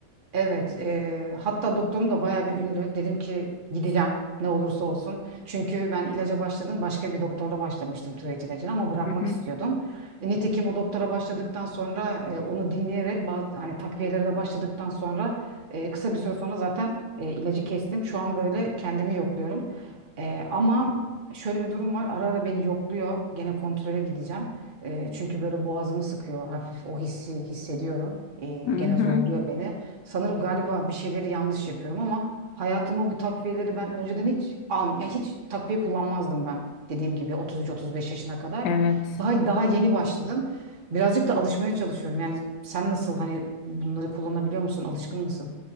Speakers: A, on the right; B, on the left.
A: Evet, eee, hatta doktorum da bayağı bir ünlü. Dedim ki gideceğim ne olursa olsun. Çünkü ben ilaca başladım, başka bir doktorla başlamıştım tiroid ilacını ama bırakmak
B: Hı hı,
A: istiyordum. E, nitekim o doktora başladıktan sonra e, onu dinleyerek bazı hani takviyelere de başladıktan sonra e, kısa bir süre sonra zaten e, ilacı kestim. Şu an böyle kendimi yokluyorum. E, ama şöyle bir durum var. Ara ara beni yokluyor. Gene kontrole gideceğim. E, çünkü böyle boğazımı sıkıyor hafif o hissi hissediyorum. E,
B: hı hı.
A: gene zorluyor beni. Sanırım galiba bir şeyleri yanlış yapıyorum ama hayatıma bu takviyeleri ben önceden hiç al yani hiç takviye kullanmazdım ben. Dediğim gibi 33-35 yaşına kadar.
B: Evet.
A: Daha daha yeni başladım. Birazcık da alışmaya çalışıyorum. Yani sen nasıl hani bunları kullanabiliyor musun? Alışkın mısın?